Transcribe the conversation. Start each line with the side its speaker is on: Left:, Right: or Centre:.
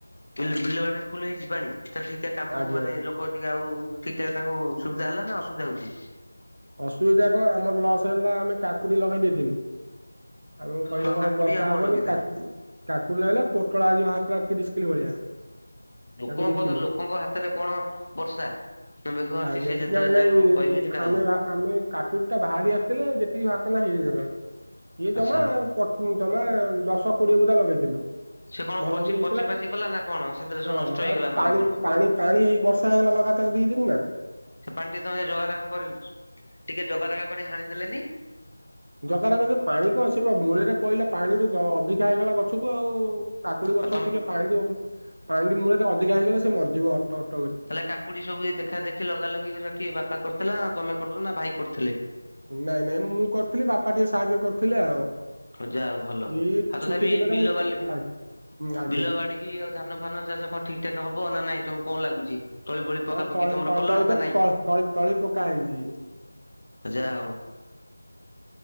Left: ବିଲ୍, ବିଲ, ବାଡି ରେ ଫୁଲ୍ ହେଇଛି ପାଣି ଚାଲିଥିବା କମ
Right: ଆଜ୍ଞା
Left: କୁ ମାନେ ଲୋକ ଟିକେ ଆଉ। ଠିକ, ଟାକ୍ ତାଙ୍କୁ ସୁବିଧା ହେଲା, ନା ଅସୁବିଧା ହଉଛି?
Right: ଅସୁବିଧା କଣ ଆମର ଲସ୍ ହେଲା ଆମେ କାକୁଡି ଲଗେଇ ଦେଇଥିଲୁ। ଆଉ କଣ କହିଲେ
Left: ହଁ
Right: କଣ
Left: କାକୁଡି
Right: ବର୍ଷା
Left: ଆଉ
Right: ହବନି
Left: ଲଗେଇଥିଲେ
Right: କାକ୍। କାକୁଡି ଲାଗିଲା, ପୋଟଳ ଆଜିି ବାହାରିଥିଲା ତିରିଶ କିଲେ ଭଳିଆ।
Left: ଲୋକଙ୍କ
Right: ତାକୁ ବିକିଲୁ
Left: କଥାରେ ଲୋକଙ୍କ ହାତରେ କଣ ବର୍ଷା। ନ, ମେଘ ଅଛି
Right: ଆଜ୍ଞା
Left: ସେଏ ଯେତେବେଳେ
Right: ନାଇଁ ନାଇଁ
Left: ଯାହା କଣ କହିବେ ସେଟା
Right: ଆମେ
Left: ହବ।
Right: ଭା- ଆମେ କାକୁଡି ଟା ବାହାରି ଆସିଥିଲେ ଯେତିକି ବାହାରିଥାନ୍ତା ହେଇଯାଇଥାନ୍ତା, ଇଏ
Left: ଆଚ୍ଛା।
Right: ଜମା ପଟ୍। ହଁ, ଯମା ଦଶ କୋଡିଏ ବୁଟା ଲଗେଇଥିଲୁ।
Left: ସେ କଣ
Right: ଭଲକିରି
Left: ପଚି
Right: ହେଇଥିଲା
Left: ପଚି ପାଚି ଗଲା ନା କଣ ସେଥିରେ
Right: ତାର
Left: ସବୁ ନଷ୍ଟ
Right: ଆଉ
Left: ହେଇଗଲା ମାନେ
Right: ପାଣି
Left: କଣ?
Right: ପାଣି ପାଣି ହେଇ ବର୍ଷା ହେଇଗଲା ଲଗାତ। ତା ଦି, ଦି ଦିନି ନାଁ
Left: ସେ ପାଣି ଟିକେ ତମେ ଜଗାରଖା କରିଚୁ ଟିକେ ଜଗାରଖା କରି ହାଣିଦେଲେନି।
Right: ଜଗାର ଏକାଥରେ ପାଣି କଣ ସେ ବା ମୂଳରେ ପଇଲା ପାଣିରୁ ଅଧିକା ହେଇଗଲା ଗଛକୁ ଆଉ। କାକୁଡି ଗଛ
Left: ଆଉ ତମେ
Right: ଟିକେ ପାଣି ଦବ ପାଣି ମୂଳରେ ଅଧିକା ହେଇଗଲେ ସେ ମରିଯିବ ଅ
Left: ତାହେଲେ କାକୁଡି ସବୁ ଦେଖା ଦେଖି ଲଗା ଲଗି ବାପା ହେରା କିଏ କରିଥିଲା ନା ତମେ କରୁଥିଲ ନା ଭାଇ କରୁଥିଲେ?
Right: ନାଇଁ ନାଇଁ ମୁଁ କରିଥିଲି ବାପା ଟିକେ ସାହାଯ୍ୟ କରୁଥିଲେ ଆଉ।
Left: ଯାହା ହଉ ଭଲ
Right: ଏଇ
Left: ଆଉ ତଥାପି
Right: ଛୁଟି ଦିନରେ
Left: ବିଲବାଲି
Right: ମୁଁ ଆ- ଆଜ୍ଞା।
Left: ବିଲବାଡ଼ କି ଆଉ ଧାନ ଫାନ ଚାଷ କଣ ଠିକ ଠାକ ହବ ନା ନାଇଁ ତମକୁ କଣ ଲାଗୁଛି? ତଳି ଫଳି ପକାପକି
Right: ହଁ ତ-ତ-ତଳେ
Left: ତମର କଲଣି ନା
Right: ତ-
Left: ନାଇଁ
Right: ତଳି ତ-ତ-ତଳି ପକା ହେଇଛି।
Left: ଯାହା ହେଉ।